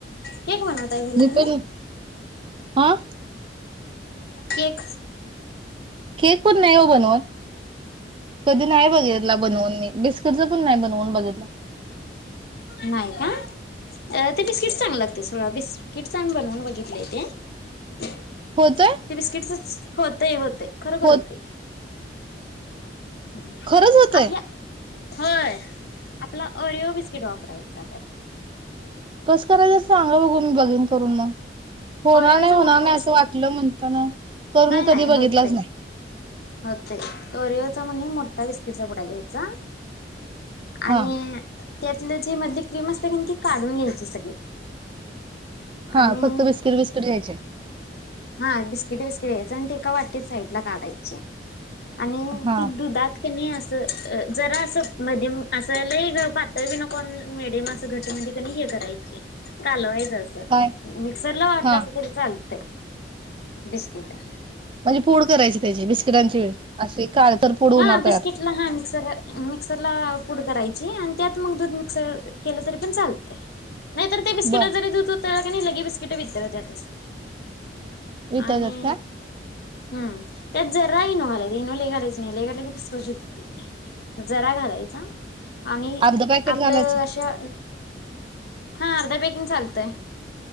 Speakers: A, on the left; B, on the right.
A: केक बनवताय घरी
B: मी
A: तुम्ही
B: पण हा
A: केक
B: केक पण नाही ओ बनवत कधी नाही बघितला बनवून मी बिस्किटच पण नाई बनवून बघितलं
A: नाही का ते बिस्किट चांगल लागतय सोडा बिस्किट चा आमी बनवून बघितलंय ते ते
B: होतय
A: बिस्किटचच होतय होतय खरोखर
B: होत
A: होतय हम्म
B: खरंच होतय
A: आपल्या होय आपला ओरिओ बिस्किट वापरायचा त्यात
B: कसं करायचं सांगा बघू मी बघीन करून मग होणार
A: ओरिओचा
B: नाही होणार
A: मोठा
B: नाही
A: बिस्किट
B: असं वाटलं म्हणता ना करून
A: नाही
B: कधी
A: नाही
B: बघितलंच
A: होतय.
B: नाही
A: होतय ओरियोचा म्हणे मोठा बिस्किटचा पुुडा घ्यायचा
B: हा
A: आणि त्यातलं जी मधली क्रीम असते का नाई ती काढून घ्यायची सगळी
B: हा
A: आणि
B: फक्त बिस्किट बिस्किट घ्यायचे
A: हा बिस्किट बिस्किट घ्यायचे आणि ते एका वाटीत साईड ला काढायचे आणि
B: हा
A: ती दुधात नाही अस जरा असं मध्यम असं लय ग पातळ बी नको अन मडियम असं घट म्ह हे करायची चालवाय
B: काय
A: मिक्सरला वाटलास
B: हा
A: तरी चालतय बिस्किटा
B: म्हणजे पूड करायची त्याची बिस्किटांची व्हय अशी. काळतर पूड होणार
A: हा
B: तयार
A: बिस्किट ला हा मिक्सर मिक्सरला पुड करायचं. जी हाणत्यात मग दूध मिक्स केलं तरी पण चालतंय नाहीतर त्या बिस्किटात
B: बर
A: दूध लगे बिस्किट वितळत्यात च की
B: वितळतात
A: आणि
B: काय
A: हम् त्याच जरा राहिनवालानलेखालाय. क कसित हो जरा घालायचा <unintelligible> आणि
B: अर्ध पॅकेट
A: आपलं
B: घालायचं
A: अशा हा अर्ध्या बेकिंग चालतय.